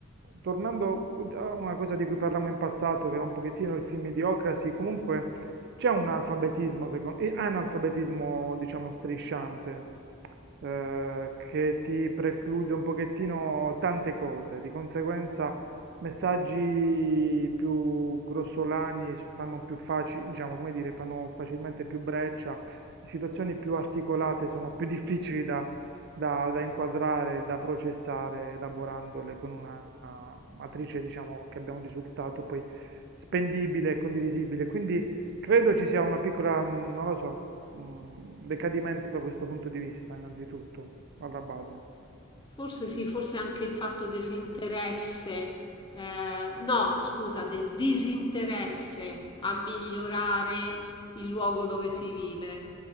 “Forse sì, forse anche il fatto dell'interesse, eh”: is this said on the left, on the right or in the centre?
Left